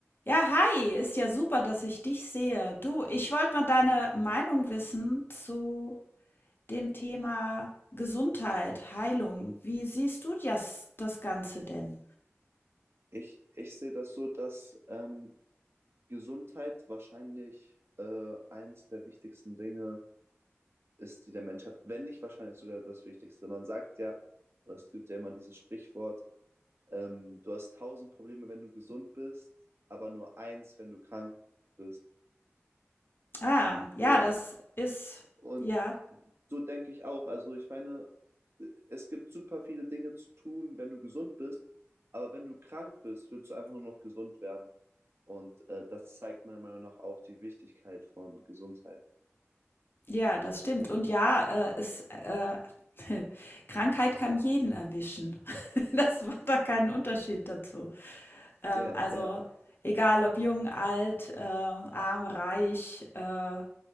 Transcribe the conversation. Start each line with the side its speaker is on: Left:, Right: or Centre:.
Left: Ja, hi, ist ja super, dass ich dich sehe. Du, ich wollte mal deine Meinung wissen zu dem Thema Gesundheit, Heilung. Wie siehst du das, das Ganze denn?
Right: Ich, ich sehe das so, dass ähm, Gesundheit wahrscheinlich äh, eines der wichtigsten Dinge ist, die der Mensch hat, wenn nicht wahrscheinlich sogar das Wichtigste. Man sagt ja, oder es gibt ja immer dieses Sprichwort, ähm, du hast tausend Probleme, wenn du gesund bist, aber nur eins, wenn du krank bist.
Left: Ah, ja,
Right: Und
Left: das ist,
Right: Und
Left: ja,
Right: so denke ich auch. Also ich meine, es gibt super viele Dinge zu tun, wenn du gesund bist, aber wenn du krank bist, willst du einfach nur noch gesund werden. Und äh, das zeigt meiner Meinung nach auch die Wichtigkeit von Gesundheit.
Left: ja, das stimmt. Und ja, äh, ist, äh, <laughs> Krankheit kann jeden erwischen. <laughs> Das macht da keinen Unterschied dazu. Ähm,
Right: Ja,
Left: also,
Right: ja.
Left: egal ob jung, alt, äh, arm, reich, äh,